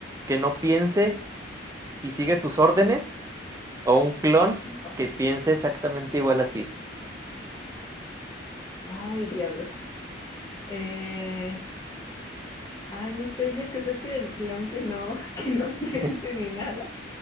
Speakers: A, on the right (about 15°); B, on the left (about 15°).
A: que no piense y sigue tus órdenes? O un clon
B: Ok.
A: que piense exactamente igual a ti.
B: Ay, diablos. Eh, ay, no sé, yo creo que el clon que no, <laughs> que no piense
A: <laughs>
B: ni nada.